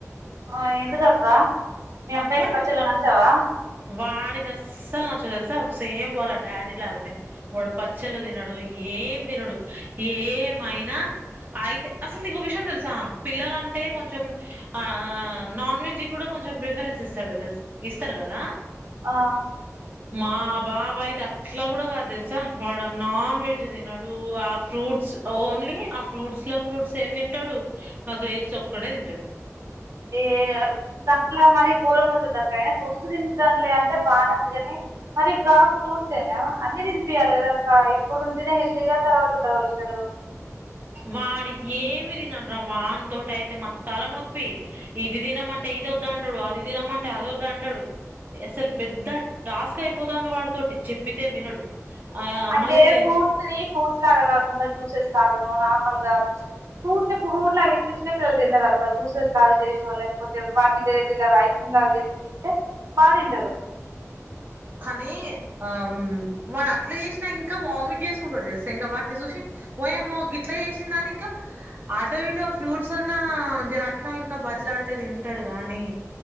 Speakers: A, on the right (about 75°); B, on the right (about 35°).
A: ఆ ఎందుకక్క మీ అబ్బాయికి
B: వాడు
A: పచ్చళ్ళు నచ్చవా
B: వాడికి అస్సలు నచ్చదు తెలుసా సేమ్ వాళ్ళ డాడీ లాగానే వాడు పచ్చళ్ళు తినడు ఏం తినడు ఏమయినా అయితే అసలు నీకు విషయం తెలుసా పిల్లలంటే కొంచెం ఆ నాన్ వెజ్కి కూడా కొంచెం ప్రేఫ్ఫరెన్స్ ఇస్తాడూ కదా ఇస్తారు కదా
A: ఆ
B: మా బాబాయితే అట్లా కూడా కాదు తెలుసా వాడ నాన్ వెజ్ తినడు ఆ ఫ్రూట్స్ ఓన్లీ ఆ ఫ్రూట్స్ లో ఫ్రూట్స్ ఏం తింటాడు మా గ్రేప్స్ ఒక్కడే తింటాడు
A: ఏ కట్లా మర గోలం ఉండదు అక్క అయినా ఫ్రూట్స్ తింటాంలే అంటే బాగానే ఉంది కానీ మరిగా ఫ్రూట్స్ అనా అన్ని తినిపియాలి కదా అక్క ఇప్పుడు ఉంటేనే హెల్దీగా తర్వాత ఉండగలుగుతారు
B: వాడు ఏమి తినడు రా వానితో అయితే మాకు తలనొప్పి ఇది తినమంటే ఇది వద్ద అంటాడు అది తినమంటే అది వద్ద అంటాడు అసలు పెద్ద టాస్క్ అయిపోతుంది వాడితోోటి చెప్పితే వినడు ఆ
A: అంటే
B: మళ్ళీ
A: ఫ్రూట్స్ ని ఫ్రూట్స్ లాగా కాకుండా జ్యూసెస్ లాగా నార్మల్ గా ఫ్రూట్ని ఫ్రూట్ లాగా ఇస్తే చిన్నపిిల్లలు తిన్నారు అ జ్యూసెస్ లాగా చేసో లేకపోతే వాటిని వెరైటీ లాగా ఐస్ క్రీమ్ లాగా చేస్తే బాగా తింటారు
B: కానీ ఆ వాడు అట్లా చేసినా ఇంకా వామిట్ చేసుకుంటాడు తెలుసా ఇంకా వాటిని చూసి ఓ ఏమో గ ఇట్లా చేసిందాని ఇంకా అటో ఇటో ఫ్రూట్స్ అన్నా జర అట్న ఇట్నో బతిలాడితే తింటాడు కాగానీ